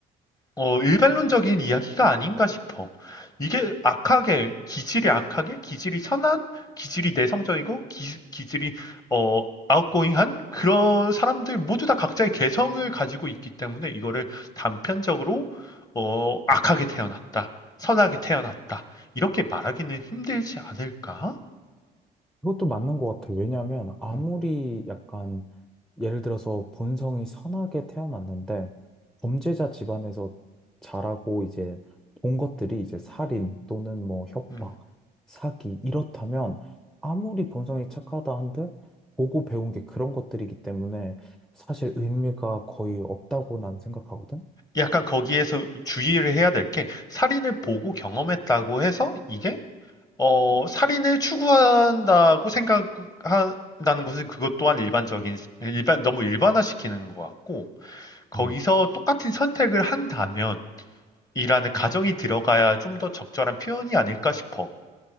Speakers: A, on the left; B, in the centre.
A: 어, 일반론적인 이야기가 아닌가 싶어. 이게 악하게, 기질이 악하게, 기질이 선한, 기질이 내성적이고, 기, 기질이, 어, 아웃고잉한 그런 사람들 모두 다 각자의 개성을 가지고 있기 때문에 이거를 단편적으로, 어, 악하게 태어났다. 선하게 태어났다. 이렇게 말하기는 힘들지 않을까?
B: 그것도 맞는 것 같아요. 왜냐하면 아무리
A: 음,
B: 약간 예를 들어서 본성이 선하게 태어났는데 범죄자 집안에서 자라고 이제 본 것들이 이제 살인 또는 뭐 협박,
A: 음.
B: 사기 이렇다면 아무리 본성이 착하다 한들 보고 배운 게 그런 것들이기 때문에 사실 의미가 거의 없다고 난 생각하거든.
A: 약간 거기에서 주의를 해야 될 게, 살인을 보고 경험했다고 해서 이게 어, 살인을 추구한다고 생각한다는 것은 그것 또한 일반적인, 일반, 너무 일반화시키는 것 같고, 거기서
B: 음.
A: 똑같은 선택을 한다면, 이라는 가정이 들어가야 좀 더 적절한 표현이 아닐까 싶어.